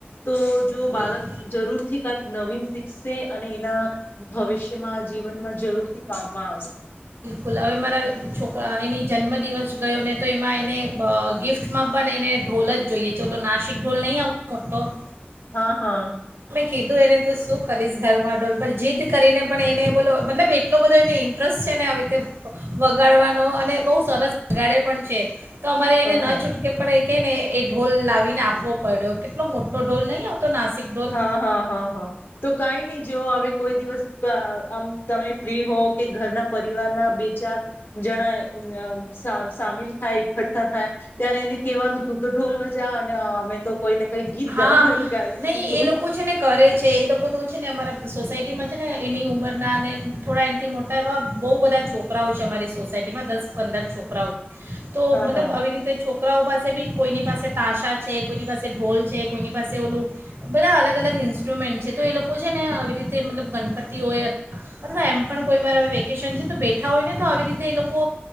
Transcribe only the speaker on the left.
તો જો બાળક
જરૂરથી કંઈક નવીન શીખશે અને એના ભવિષ્ય. જીવન માં જરૂર. કામમા આવશે.
હા હા.
હા
હા
હા હા હા હા તો કઈ નહી જેવ હવે કોઈ દિવસ આમ તમે ફ્રી હો કે ઘરના. પરિવાર ના બે ચાર. જણા સા સામેલ. થાય એકઠા થાય ત્યારે એને કેવાનું તું તો ઢોલ વજા અને અમે તો કોઈને. કઈ ગીત
ગા ગાવીશું.
હા
હા